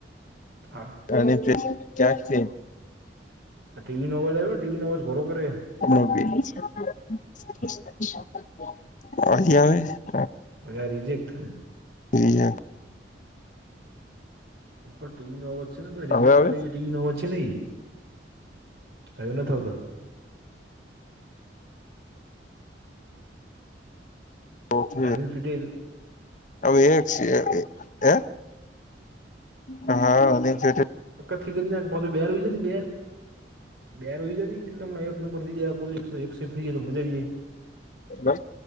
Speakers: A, on the right; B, on the left.
A: હા.
B: અને તે ક્યાંક છે?
A: આ ટી વી નો અવાજ આવ્યો ટી વી નો અવાજ ઘરો કરે.
B: હમણાં બી હજી આવે?
A: આ રીજેક્ટ થાહે.
B: હવે
A: એફો ટી વી નો અવાજ છે ને રિઝેક્ટ
B: આવે
A: કરાવે ટી વી નો અવાજ છે ને ઈ. હવે નથ આવતો.
B: ઓકે
A: અને ફિટેલ.
B: હવે એક છે હે હા અને જે તે
A: કે કર નાખ પાછો બેરૂ છે ને બેર. બેરુ છે ની એટલે હમણાં એક નંબર થઈ જાય કોલ એકસો એક્સેપ્ટ થઈ જાય તો મજા આવી જાય.
B: બક